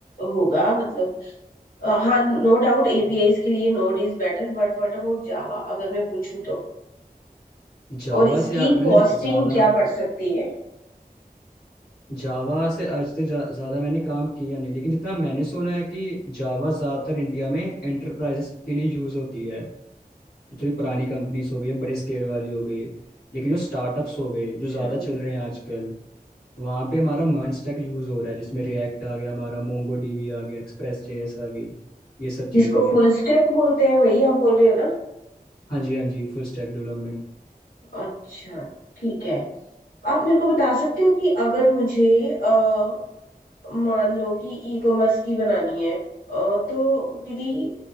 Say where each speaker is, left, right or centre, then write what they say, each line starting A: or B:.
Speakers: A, on the left; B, on the left.
A: होगा मतलब अ, हाँ नो डाउट एपीआईज के लिए node is better but what about Java अगर मैं पूछूं तो
B: जावा
A: और इसकी
B: से आ, मैंने
A: कॉस्टिंग
B: ज़्यादा
A: क्या पड़ सकती है
B: जावा से आज तक जा- ज़्यादा मैंने काम किया नहीं लेकिन जितना मैंने सुना है कि जावा ज़्यादातर इंडिया में एंटरप्राइजेस के लिए यूज़ होती है जो थोड़ी पुरानी कंपनीज हो गई है बड़े स्केल वाली हो गई लेकिन जो स्टार्टअप्स हो गए जो
A: Sure.
B: ज़्यादा चल रहे हैं आजकल वहाँ पे हमारा मर्न स्टैक यूज़ हो रहा है जिसमें रिएक्ट आ गया हमारा मोंगो डीबी आ गया एक्सप्रेस जेएस आ गई ये सब चीज़ें
A: जिसको
B: हैं
A: फुल स्टैक बोलते हैं वही आप बोल रहे हो ना
B: हाँ जी हाँ जी फुल स्टैक डेवलपमेंट
A: अच्छा ठीक है आप मेरे को बता सकते हो कि अगर मुझे अ, मान लो कि ई कॉमर्स की बनानी है अ, तो मेरी